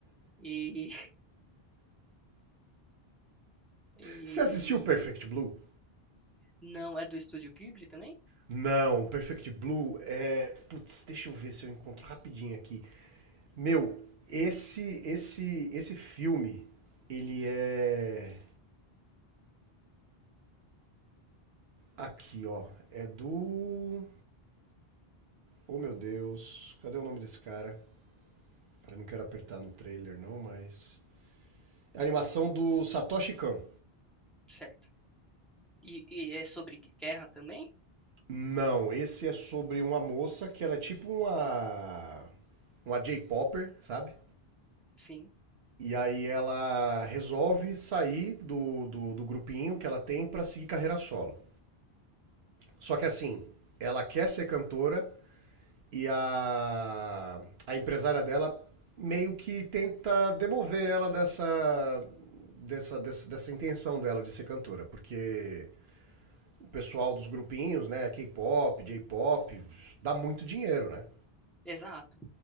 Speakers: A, in the centre; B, on the right.
A: E, <laughs> e,
B: Você assistiu Perfect Blue?
A: não, é do Estúdio Ghibli também?
B: Não, Perfect Blue é. Putz, deixa eu ver se eu encontro rapidinho aqui. Meu, esse esse esse filme, ele é aqui, ó, é do Oh, meu Deus, cadê o nome desse cara? Eu não quero apertar no trailer não, mas é a animação do Satoshi Kon.
A: Certo. E, e é sobre guerra também?
B: Não, esse é sobre uma moça que ela é tipo uma uma J-popper, sabe?
A: Sim,
B: E aí ela resolve sair do, do, do grupinho que ela tem pra seguir carreira solo. Só que assim, ela quer ser cantora e a, a empresária dela meio que tenta demover ela dessa, dessa, dessa, dessa intenção dela de ser cantora, porque o pessoal dos grupinhos, né, K-pop, J-pop, dá muito dinheiro, né?
A: exato.